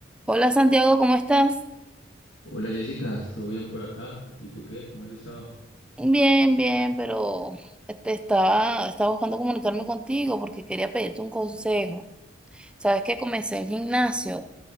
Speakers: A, in the centre; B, on the left (about 85°).
A: Hola Santiago, ¿cómo estás?
B: Hola Jessica, ¿todo bien por acá? ¿Y tú qué? ¿Cómo has estado?
A: Bien, bien, pero te estaba, estaba buscando comunicarme contigo porque quería pedirte un consejo. Sabes que comencé el gimnasio